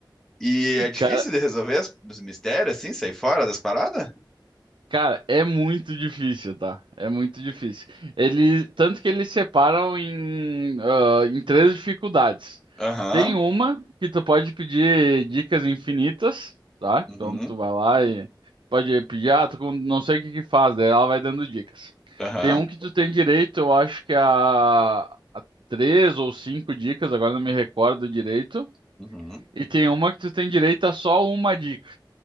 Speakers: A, in the centre; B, on the right.
A: E é difícil
B: Cara,
A: de resolver as- os mistérios, assim, sair fora das paradas?
B: Cara, é muito difícil, tá? É muito difícil. Ele, tanto que eles separam em, ah, em três dificuldades.
A: Aham,
B: Tem uma que tu pode pedir dicas infinitas, tá?
A: uhum,
B: Então tu vai lá e pode pedir, ah, tu com- não sei o que que faz, daí ela vai dando dicas.
A: aham,
B: Tem um que tu tem direito, eu acho que é a, a três ou cinco dicas, agora não me recordo direito.
A: uhum.
B: E tem uma que tu tem direito a só uma dica.